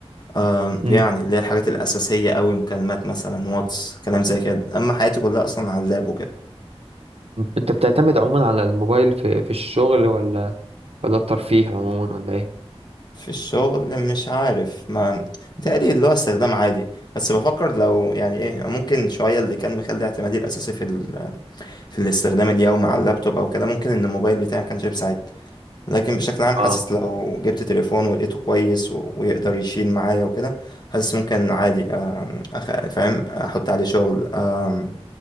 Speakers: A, on the left; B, on the right.
A: آم،
B: مم.
A: يعني اللي هي الحاجات الاساسيه قوي مكالمات مثلا واتس كلام زي كده اما حياتي كلها اصلا على اللاب وكده
B: مم. انت بتعتمد عموما على الموبايل في في الشغل ولا ولا الترفيه عموما ولا ايه
A: في الشغل مش عارف ما متهيألي اللي هو استخدام عادي بس بفكر لو يعني ايه ممكن شويه اللي كان مخلي اعتمادي الاساسي في ال... في الاستخدام اليومي على اللابتوب او كده ممكن ان الموبايل بتاعي ما كانش بيساعدني لكن بشكل عام
B: اه
A: حاسس لو جبت تليفون ولقيته كويس و- ويقدر يشيل معايا وكده حاسس ممكن عادي آم، أخ... فاهم احط عليه شغل آم،